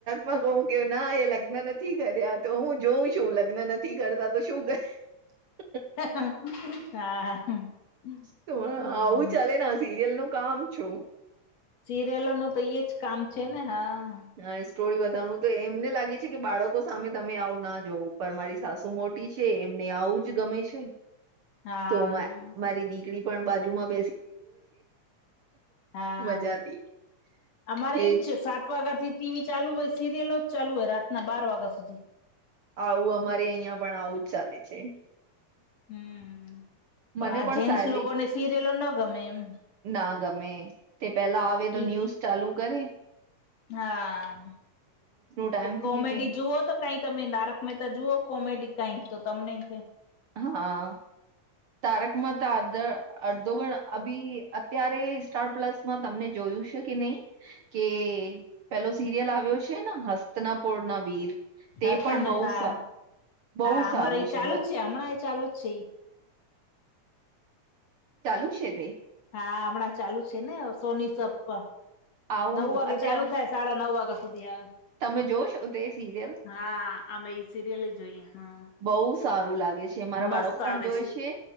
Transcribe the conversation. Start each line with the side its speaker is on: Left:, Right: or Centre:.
Right: માં કહું કે, ના એ લગ્ન નથી કર્યા તો, હું જોઉં છું લગ્ન નથી કરતા તો શું કરે? <unintelligible>
Left: હા. <unintelligible>
Right: તો
Left: હમ્મ
Right: આવું ચાલે ને, સિરિયલ નું કામ છું.
Left: સિરિયલો નું તો એ જ કામ છે ને, હા.
Right: નાઅ સ્ટોરી બતાવું તે એમને લાગે છે કે, બાળકો સામે તમે આવું ના જોવ પરમારીશ. સાસુ મોટી છે, એમને આવું જ ગમે છે.
Left: હા
Right: તોમા મારી દીકરી પણ બાજુમાં
Left: હા,
Right: મજાથી
Left: અમારે
Right: કે
Left: ઈજ છે, સાત વાગ્યા થી ટી વી ચાલુ હોય સીરીયલોજ ચાલુ હોય રાતના બાર વાગ્યા સુધી.
Right: આવું અમારે અહિયાં પણ આવું જ ચાલે છે.
Left: હમ્મ,
Right: મને
Left: પણ આ જેન્ટસ
Right: સાયલી
Left: લોકોને સિરેલો ના ગમે એમ.
Right: ના ગમે તે પેલા આવે તો
Left: ઈ
Right: ન્યૂઝ ચાલુ કરી.
Left: હા
Right: ટાઈમ થીએ
Left: કોમેડી
Right: તે
Left: જુઓ તો કંઈક તમે તારક મહેતા જુઓ કોમેડી કઈક તો તમને કંઈક
Right: હા તારકમેતા દર આધ અડધોગણ અભી ત્યારે સ્ટાર પ્લસમાં તમને જોયું છે કે નહીં? કે પેલો સિરિયલ આવ્યો છે ને હસ્તિનાપુર ના વીર. તે
Left: હસતા
Right: પણ
Left: ન
Right: બઉ
Left: હા
Right: સા બહુ
Left: હા અમારે
Right: સારું
Left: એ ચાલુ
Right: બહુ
Left: જ છે હમણાં એ ચાલુ જ છે એ.
Right: ચાલુ છે તે?
Left: હા હમણાં ચાલુ છે ને સોની સબ પર
Right: આવું
Left: નવ વાગે
Right: અત્યાર
Left: ચાલુ થાય. સાડા નવ વાગ્યા સુધી આવે.
Right: તમે જોવો છો તે સિરિયલ?
Left: હા અમે એ સિરિયલ જ જોઈએ હા.
Right: બહુ સારું લાગે છે મારા
Left: મસ્ત
Right: બાળકો પણ
Left: આવે
Right: જોએ છે